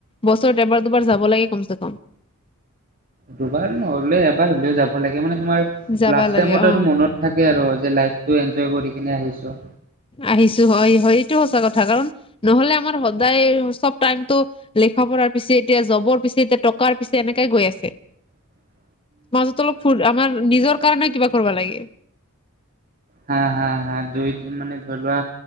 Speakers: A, on the left; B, on the right.
A: বছৰত এবাৰ দুবাৰ যাব লাগে কম চে কম
B: দুবাৰ নহ'লে এবাৰ হ'লেও যাব লাগে মানে তোমাৰ
A: যাবা
B: লাষ্ট
A: লাগে
B: টাইমত
A: অ
B: আৰু মনত থাকে আৰু যে লাইফটো এনজয় কৰি কিনে আহিছো
A: আহিছো হয় হয় এইটো সঁচা কথা কাৰণ নহলে আমাৰ সদায় চব টাইমটো লেখ বৰাৰ পিছে এতিয়া জবৰ পিছে এতিয়া টকাৰ পিছে এনেকাই গৈ আছে
B: অ
A: মাজত অলপ ফুৰ আমাৰ নিজৰ কাৰণে কিবা কৰিব লাগে
B: হা হা হা দুই মানে ধৰি লোৱা